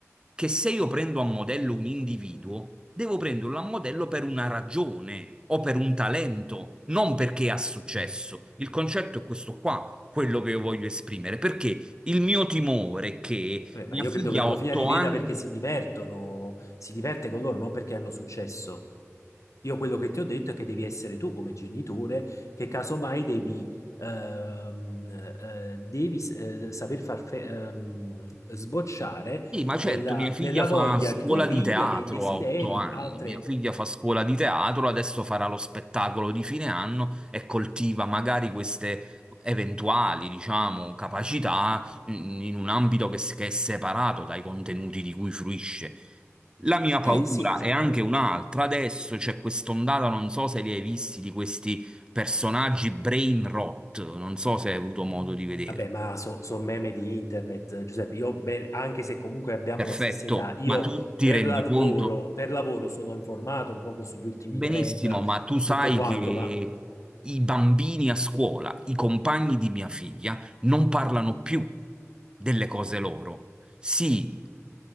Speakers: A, on the right; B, on the left.
A: che se io prendo a modello un individuo, devo prenderlo a modello per una ragione o per un talento, non perché ha successo. Il concetto è questo qua, quello che io voglio esprimere, perché il mio timore è che
B: Vabbè,
A: mia
B: ma io
A: figlia
B: credo che
A: ha
B: tua
A: otto
B: figlia li veda
A: anni...
B: perché si divertono, si diverte con loro, non perché hanno successo. Io quello che ti ho detto è che devi essere tu come genitore, che casomai devi, ehm, eh, devi eh, saper far fe- ehm, sbocciare
A: Sì, ma certo,
B: nella,
A: mia figlia
B: nella
A: fa
B: voglia
A: scuola
B: di tua figlia,
A: di teatro
B: nei desideri,
A: a otto anni,
B: altre...
A: mia figlia fa scuola di teatro, adesso farà lo spettacolo di fine anno e coltiva magari queste eventuali, diciamo, capacità mm, in un ambito che, s- che è separato dai contenuti di cui fruisce. La mia paura
B: Eh sì, esattamente.
A: è anche un'altra, adesso c'è quest'ondata, non so se li hai visti, di questi personaggi brain rot, non so se hai avuto modo di vedere.
B: Vabbè, ma sono meme di internet, Giuseppe. Io, ben- anche se comunque abbiamo
A: Perfetto,
B: la stessa età, io
A: ma tu ti
B: per
A: rendi
B: lavoro,
A: conto?
B: per lavoro sono informato un poco sugli ultimi
A: Benissimo,
B: trend, eh,
A: ma tu sai
B: tutto quanto,
A: che
B: ma...
A: i bambini a scuola, i compagni di mia figlia, non parlano più delle cose loro. Si